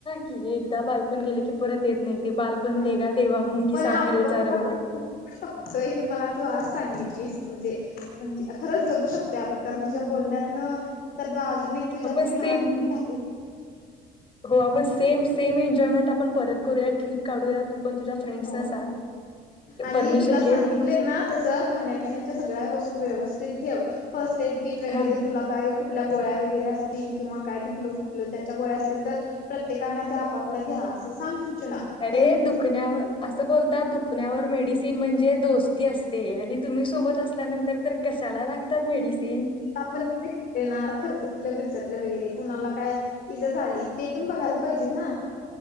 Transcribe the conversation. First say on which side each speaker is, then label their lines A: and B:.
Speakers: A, on the left; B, on the left.
A: की एकदा बालपण गेले की परत येत नाही. ते बालपण
B: नाही
A: देगा देवा मुंगी
B: पण
A: साखरेचा
B: आपण
A: रवा.
B: बाजूू शकतोय हे मला तू आज सांगितलीस म्हणजे म्हण खरच जगु शकतोय आपण कारण तुझ्या बोलण्यातन <unintelligible> अजून एक तुझ्यामध्ये
A: आपण सेम
B: लहान मुलगी आहे.
A: हो आपण सेम सेम एन्जॉयमेंट आपण परत करूया ट्रीप काढूया? तू पण तुझ्या फ्रेंड्सना
B: हो
A: सांग.
B: आणि
A: परमिशन
B: तुला
A: घे
B: सांगितलंय
A: मस्त
B: ना तस खाण्यापिण्याच्या सगळ्या वस्तू व्यवस्थित ठेव फर्स्ट एड किट वगैरे
A: हां.
B: तुला काय कुठल्या गोळ्या वगैरे असतील किंवा काय दुखल खुतल त्याच्या गोळ्या असतील तर प्रत्येकना त्या आपआपल्या घ्या. असं सांग. सूचना
A: अरे
B: तरी मी
A: दुखण्यावर असं बोलतात दुखण्यावर मेडिसिन म्हणजे दोस्ती असते आणि तुम्ही सोबत असल्यानंतर तर कशाला लागतात मेडिसिन.
B: आपण तिथे खेळणार खर्च खिरचटलं वगैरे कुणाला काय इजा झाली ते पण बघायला पाहिजे ना.